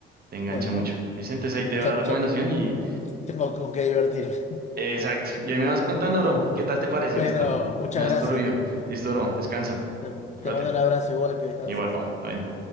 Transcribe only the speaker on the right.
Te engancha
mucho. ¿Viste? Entonces ahí te dejo
la recomendación
y.
Exacto. Y ahí me vas contando, bro. ¿Qué tal te parece?
¿Listo?
Me das
tu review. Listo, bro. Descansa.
Cuídate.
Igual, pa, también.